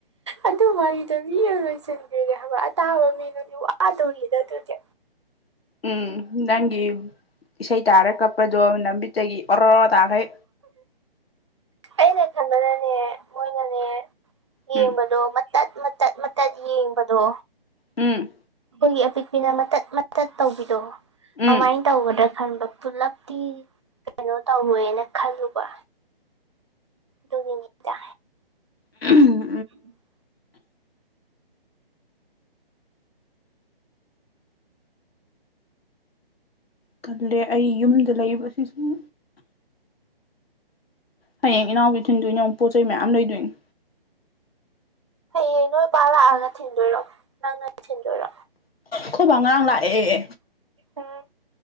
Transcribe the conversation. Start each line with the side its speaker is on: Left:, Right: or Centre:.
Right: ꯑꯗꯨ ꯋꯥꯔꯤꯗ ꯃꯤ ꯂꯣꯏꯁꯤꯟꯕꯤꯔꯦ ꯍꯥꯏꯕ ꯑꯇꯥꯕ ꯃꯤꯅꯗꯤ ꯋꯥꯗꯧꯔꯤꯗ ꯑꯗꯨꯗꯤ
Left: ꯎꯝ ꯅꯪꯒꯤ ꯏꯁꯩ ꯇꯥꯔ ꯀꯛꯄꯗꯣ ꯅꯕꯤꯠꯇꯒꯤ ꯑꯣꯔꯣ ꯑꯣꯔ ꯇꯥꯈꯩ
Right: ꯑꯅꯦ ꯈꯟꯕꯅꯅꯦ ꯃꯣꯏꯅꯅꯦ ꯌꯦꯡꯕꯗꯣ
Left: ꯎꯝ
Right: ꯃꯇꯠ ꯃꯇꯠ ꯃꯇꯠ ꯌꯦꯡꯕꯗꯣ
Left: ꯎꯝ
Right: ꯑꯩꯈꯣꯏꯒꯤ ꯑꯄꯤꯛꯄꯤꯅ ꯃꯇꯠ ꯃꯇꯠ ꯇꯧꯕꯤꯔꯣꯑꯣ
Left: ꯎꯝ
Right: ꯑꯗꯨꯃꯥꯏꯅ ꯇꯧꯒꯗ꯭ꯔꯥ ꯈꯟꯕ ꯄꯨꯂꯞꯇꯤ ꯀꯩꯅꯣ ꯇꯧꯔꯦꯅ ꯈꯜꯂꯨꯕ ꯗꯨꯒꯤꯅꯤꯗ
Left: ꯎꯝ
Right: <inaudible>
Left: ꯈꯜꯂꯦ ꯑꯩ ꯌꯨꯝꯗ ꯂꯩ ꯑꯁꯤ ꯁꯨꯝ ꯍꯌꯦꯡ ꯏꯅꯥꯎꯕꯤ ꯊꯤꯟꯗꯣꯏꯅ ꯑꯃꯨ ꯄꯣꯠ ꯆꯩ ꯃꯌꯥꯝ ꯂꯩꯗꯣꯏꯅꯦ
Right: ꯍꯌꯦꯡ ꯅꯣꯏ ꯏꯄꯥ ꯂꯥꯛꯑꯒ ꯊꯤꯟꯗꯣꯏꯔꯣ ꯅꯪꯅ ꯊꯤꯟꯗꯣꯏꯔꯣ
Left: ꯑꯩꯈꯣꯏꯕꯥ ꯉꯔꯥꯡ ꯂꯥꯛꯑꯦ
Right: ꯎꯝ